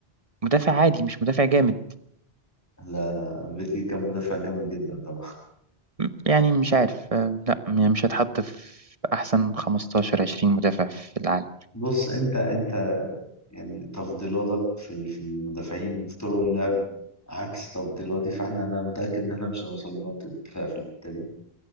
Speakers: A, on the right; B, on the left.
A: مدافع عادي مش مدافع جامد
B: لا لا بيكي كان مدافع جامد جدا طبعا
A: م- يعني مش عارف آه، لا يعني مش هتحط في أحسن 15 20 مدافع في العالم
B: بص انت انت يعني تفضيلاتك في ال- في المدافعين وفي طرق اللعب عكس تفضيلاتي فاحنا انا متأكد ان احنا مش هنوصل لنقطة اتفاق في الحتة دي